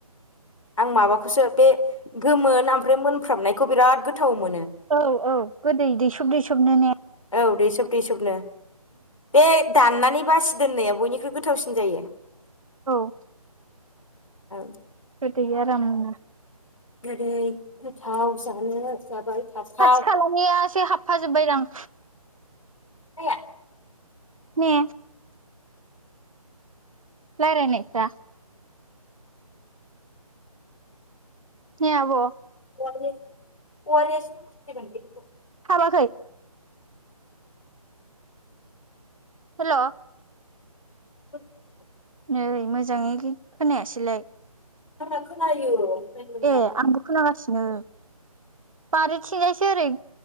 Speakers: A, on the left; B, on the right.
A: आं माबाखौसो बे गोमोन आमफ्राय मोनफ्रामनायखौ बिराद गोथाव मोनो
B: औ औ गोदै दैसब दैसबनो ने
A: औ दैसोब दैसोबनो बे दाननानै नै बासि दोननाया बयनिख्रुइ गोथावसिन जायो
B: औ
A: औ
B: गोदै आरामनो
A: गोदै गोथाव जानो जाबाय थाथाव
B: खाथि खालानिया एसे हाबफा जोबबायदां
A: माया?
B: ने लारायनायफ्रा ने आब
A: <unintelligible>
B: हाबाखै हेल
A: <inaudible>
B: नै मोजाङै खोनायासैलाय
A: आंना खोनायो ओमफ्राय नोंनानै
B: ए आंबो खोनागासिनो बारिथिंजायसो ओरै